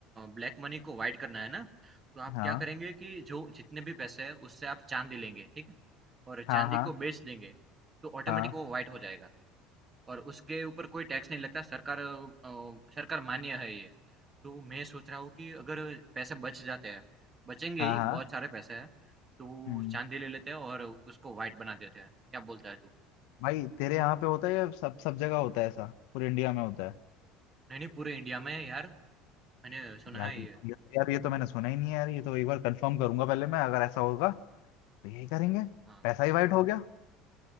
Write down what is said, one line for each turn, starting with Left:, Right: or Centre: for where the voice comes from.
Right: ब्लैक मनी को वाइट करना है ना तो आप
Left: हाँ
Right: क्या करेंगे कि जो जितने भी पैसे हैं उससे आप चांदी लेंगे ठीक है और
Left: हाँ
Right: चांदी
Left: हाँ
Right: को बेच देंगे तो ऑटोमेटिक
Left: हाँ
Right: वो वाइट हो जाएगा और उसके ऊपर कोई टैक्स नहीं लगता सरकार अ, सरकार मान्य है ये तो मैं सोच रहा हूँ कि अगर पैसे बच जाते हैं बचेंगे
Left: हाँ
Right: ही
Left: हाँ
Right: बहुत सारे पैसे हैं तो
Left: हम्म
Right: चांदी ले लेते हैं और उसको वाइट बना देते हैं क्या बोलता है तू
Left: भाई तेरे यहाँ पे होता है या सब सब जगह होता है ऐसा पूरे इंडिया में होता है
Right: नहीं, नहीं, पूरे इंडिया में यार मैंने सुना
Left: यार
Right: है
Left: ये-
Right: ये।
Left: तो, यार ये तो मैंने सुना ही नहीं है यार ये तो एक बार कंफर्म करूंगा पहले मैं अगर ऐसा होगा तो यही करेंगे
Right: हाँ,
Left: पैसा ही वाइट हो गया